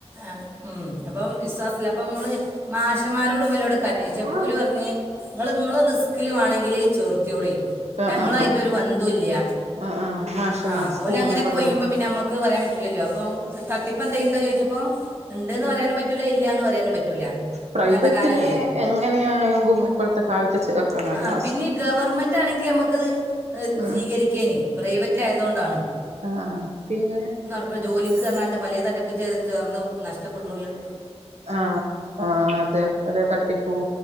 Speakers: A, on the right (about 25°); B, on the right (about 80°).
A: ആഹ് ഉം അപ്പൊ വിശ്വാസല്ല അപ്പൊ നമ്മള്. മാഷന്മാരോടും ഇപ്പലോട്ക്കെ അന്വേഷിച്ച്
B: ആഹ്
A: അപ്പൊ ഓൽ പറഞ്ഞ് നിങ്ങള് നിങ്ങളെ റിസ്കിൽ വേണെങ്കിൽ. ചേർത്തിയോളി
B: ആഹ്
A: ഞങ്ങളായിട്ട്
B: ആഹ്
A: ഒരു ബന്ധംഇല്ല.
B: ആഹ് ആഹ് മാഷമാർ
A: ആഹ്
B: സ്കൂൾന്ന്
A: ഓൽ അങ്ങനെക്കെ
B: പറഞ്ഞതാ
A: പോയുമ്പോ പിന്നെ നമ്മുക്ക് പറയാൻ പറ്റില്ലല്ലോ അപ്പൊ തട്ടിപ്പ് എന്തെൽ ഉണ്ടോ ചോദിച്ചപ്പോ ഇണ്ട്ന്ന് പറയാനും പറ്റൂല്ല ഇല്ലന്ന് പറയാനും പറ്റൂല.
B: പ്രൈവറ്റിലെ
A: അങ്ങനത്തെ കാലല്ലേ
B: എങ്ങനെയണെങ്കും ഇപ്പോഴത്തെ കാലത്ത് ചേർക്കണല്ലോ
A: ആ പിന്നെ ഗവർമെന്റ് ആണെങ്കിൽ നമുക്കത്
B: ഉം
A: സ്വീകരിക്കെന് പ്രൈവറ്റ് ആയതുകൊണ്ടാണ്.
B: ആഹ് ആഹ് പിന്നെ.
A: ഇപ്പോ ജോലിക്ക് പറഞ്ഞിക്കാട്ട് പലയെ തട്ടിപ്പ് ച ചേർന്ന് നഷ്ടപ്പെട്ണോൽണ്ട്.
B: ആഹ് ആഹ് അതെ പലെ തട്ടിപ്പും